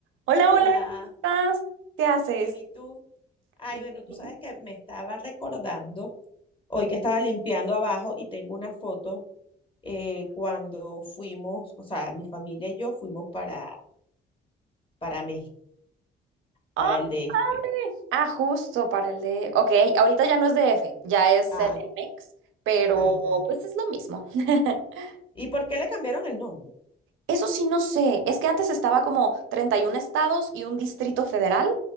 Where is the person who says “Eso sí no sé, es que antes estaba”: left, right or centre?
Right